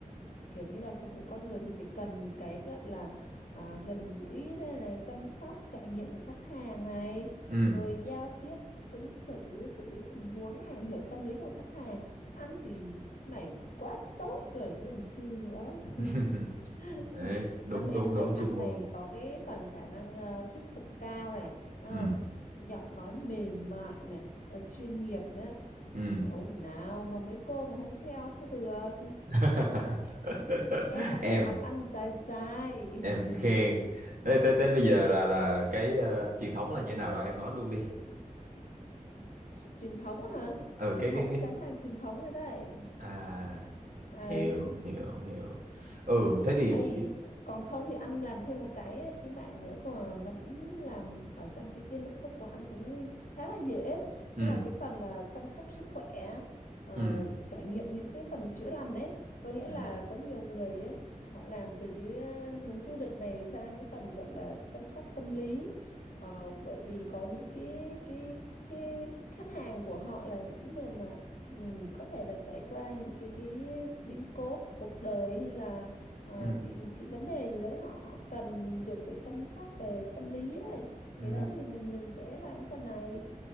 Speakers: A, on the left; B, on the right.
A: kiểu như là phục vụ con người thì phải cần cái gọi là à, gần gũi này, này, chăm sóc trải nghiệm của khách hàng này
B: ừm.
A: rồi giao tiếp ứng xử xử lý tình huống này hiểu tâm lý của khách hàng ăn thì này quá tốt rồi chứ còn chi nữa
B: <laughs>
A: <laughs>
B: Đấy, đúng
A: ăn em
B: đúng
A: thấy
B: đúng
A: ăn
B: chuyên môn.
A: này có cái phần khả năng ờ, thuyết phục cao này đúng
B: Ừm,
A: không giọng nói mềm mại này rồi chuyên nghiệp nữa Mà
B: ừm.
A: biểu nào mà mấy cô mà không theo sao được
B: <laughs>
A: em còn
B: Em
A: phải học ăn dài dài
B: em cứ
A: <laughs>
B: khen. Ê, tới tới bây giờ là là cái ờ, truyền thống là như nào đó em nói luôn đi.
A: truyền thống hả
B: Ừ
A: truyền
B: cái
A: thống
B: cái cái
A: thì bán hàng truyền thống rồi đấy
B: à
A: ừ
B: hiểu hiểu hiểu. Ừ thế thì
A: ấy
B: bị-
A: còn không thì anh làm thêm một cái cái mạng nữa của nó cũng làm ở trong cái cái lĩnh vực của anh cũng khá là dễ
B: ừ
A: đó là cái phần là chăm sóc sức khỏe ờ,
B: ừ
A: trải nghiệm những cái phần chữa lành ấy có nghĩa
B: ừ
A: là có nhiều người ấy họ làm từ cái ờ, hướng du lịch này sang cái phần gọi là chăm sóc tâm lý Ờ, bởi vì có những cái cái cái khách hàng của họ là những cái người mà ừ, có thể là trải qua những cái cái biến cố cuộc đời hay là ờ,
B: ừ
A: bị một cái vấn đề gì đấy họ họ cần được về chăm sóc về tâm lý đấy
B: ừ
A: thì đấy thì mình mình sẽ làm cái phần này